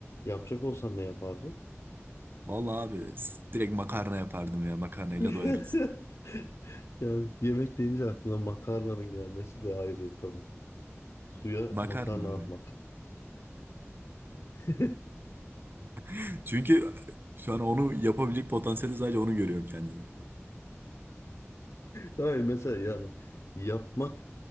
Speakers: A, on the left; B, on the right.
A: Yapacak olsan ne yapardın?
B: Vallahi abi s- direkt makarna yapardım ya. Makarnayla
A: <laughs>
B: doyarız.
A: Yani yemek deyince aklına makarnanın gelmesi de ayrı tabii. Suya
B: Makarna
A: makarna
B: abi.
A: atmak. <laughs>
B: <laughs> Çünkü e, şu an onu yapabilecek potansiyeli sadece onu görüyorum kendime.
A: Hayır mesela yani yapmak